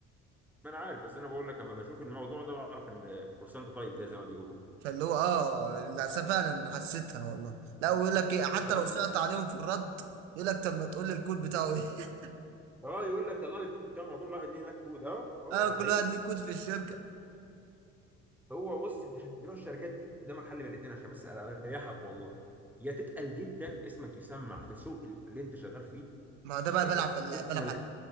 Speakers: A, in the centre; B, on the right.
A: ما انا عارف بس انا بقول لك لما بشوف الموضوع ده بعرف ان كول سنتر طيب كده زي ما بيقولوا
B: فاللي هو اه للاسف فعلا حسيتها والله لا ويقول لك ايه حتى
A: اه
B: لو سقط
A: من الآخر.
B: عليهم في الرد يقول لك طب ما تقول لي الكود بتاعه ايه <laughs>
A: آه، يقول لك طلع لي الكود بتاعه ما كل واحد ليه هناك كود اه اه
B: اه
A: ده حقيقي
B: كل واحد ليه كود في الشركه
A: هو بص انت عشان تروح الشركات دي قدامك حل من الاثنين عشان بس اريحك والله يا تتقل جدا اسمك يسمع في السوق اللي انت شغال فيه
B: ما هو ده بقى
A: إيه،
B: بلعب بلعب
A: بص
B: بلعب
A: من
B: على-
A: الآ-